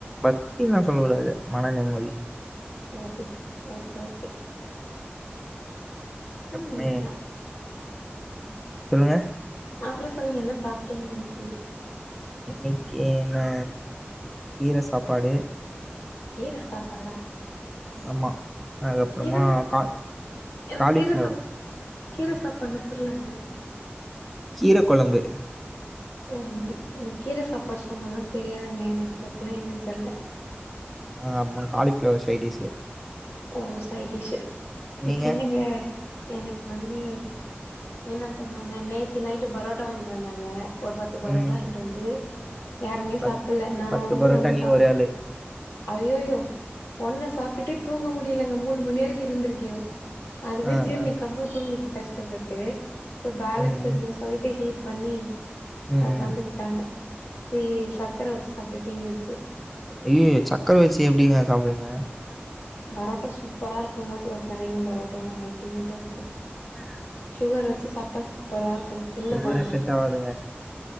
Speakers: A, in the centre; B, on the left.
A: பக்தின்ல்லா சொல்லக்கூடாது மன நிம்மதி
B: ஓ அப்டி ஓகே ஓகே
A: எப்மே
B: ம்
A: சொல்லுங்க
B: அப்புற சொல்லுங்க என்ன சாப்ட்டீங்க இன்னைக்கு
A: இன்னைக்கு நா கீர சாப்பாடு
B: கீர சாப்பாடா
A: ஆமா அதுக்கப்புறமா
B: கீர
A: கா
B: எனக்கு
A: காலிஃப்ளவர்
B: கீர சாப் கீர சாப்பாடுன்னா புர்லங்க
A: கீர கொழம்பு
B: ஓ அப்டி எனக்கு கீர சாப்பாடு சொன்னாலா தெரியாதுங்க எனக்கு அப்புட்னா என்னன் தெர்ல
A: ஆ ஆமா காலிஃப்ளவர் சைடிஸு
B: ஓ சைடிஸு
A: நீங்க
B: என்னங்க எனக்கு வந்து என்ன பண்ணாங்க நேத்து நைட்டு பரோட்டா வாங்கிட்டு வந்தாங்க ஒரு பத்து பரோட்டா
A: ம்
B: வாங்கிட்டு வந்து வந்து யாருமே
A: பத்
B: சாப்புட்ல நா
A: பத்து
B: வந்து
A: பரோட்டா
B: ஒன்னு
A: நீ
B: சாப்
A: ஒரே ஆளு
B: ஐய்யய்யோ ஒன்னு சாப்ட்டுட்டு தூங்க முடியலங்க மூணு மணி வரைக்கு இருந்துருக்கே அதுவே
A: ஆ
B: ஜீரணிக்காம
A: ஆ
B: தூங்கிருக்க கஷ்டப்பட்டு சோ பேலன்ஸ்
A: ம்
B: இருந்த
A: ம்
B: போயிட்டு ஹீட் பண்ணி
A: ம்
B: அத
A: ம்
B: தந்து விட் ட்டாங்க சி சர்க்கர வச்சு சாப்ட்ட சீனி வச்சு
A: ஐய்யய்யோ சக்கர வச்சு எப்டிங்க சாப்டுவிங்க
B: பரோட்டா சூப்பர இருக்குங்கா சு சக்கரையு பரோட்டாவு அல்டிமேட்டா இருக்கு
A: <unintelligible>
B: சுகர் வச்சு சாப்ட்டா சூப்பரா இருக்கும் தின்னு
A: ஒவ்வொரு
B: பாருங்க
A: செட் ஆவாதுங்க